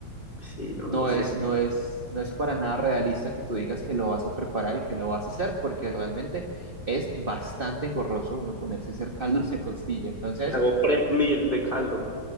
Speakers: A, on the left; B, on the right.
A: Sí, no
B: No
A: lo sé.
B: es, no es, no es para nada realista que tú digas que lo vas a preparar y que lo vas a hacer, porque realmente es bastante engorroso uno ponerse a hacer <laughs> caldos de costilla. Entonces,
A: Hago prep meal de caldo.